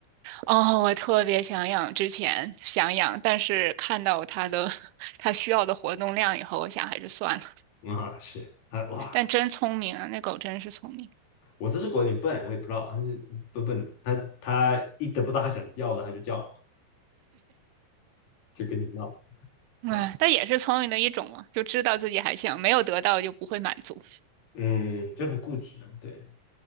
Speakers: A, on the right (about 80°); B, on the left (about 50°).
A: 哦，我特别想养，之前想养，但是看到它的 <laughs> 它需要的活动量以后，我想还是算了。
B: 啊，是啊，哇，
A: 但真聪明啊，那狗真是聪明。
B: 我这只狗有点笨，我也不知道它是笨笨的，它它一得不到它想要的，它就叫，就跟你闹。
A: 哎，
B: 啊，
A: 但也是聪明的一种嘛，就知道自己还想，没有得到就不会满足。
B: 嗯，就很固执了对，